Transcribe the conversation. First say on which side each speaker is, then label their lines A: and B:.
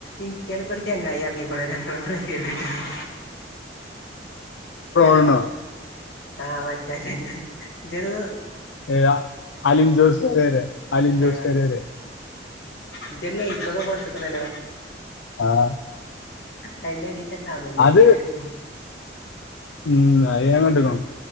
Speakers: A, on the left; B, on the left.
A: ഇൻസ്റ്റേല് ഒക്കെ ഒര് ചെങ്ങായി എറങ്ങിക്കാണു രണ്ട് മൂന്ന് ജേഴ്‌സി ഇട്ടാണ്ട്.
B: ട്രോളിനോ
A: ഹലോ ആ മറ്റേ ചെങ്ങായി ജ്ജെനിത്
B: ഏ അ അലിൻ ജോസ് പേരെരെ അലിൻ ജോസ്
A: ആ
B: പേരെരെ
A: ഇജൊരു ലൈക്കൊക്കെ കൊടുത്തുക്കണല്ലോ
B: ആഹ്.
A: അയിന്റെ അടി കമന്റ് നോക്കീട്ടാണ്
B: അത് ഉം അത് ഞാൻ കണ്ട്ക്കണു.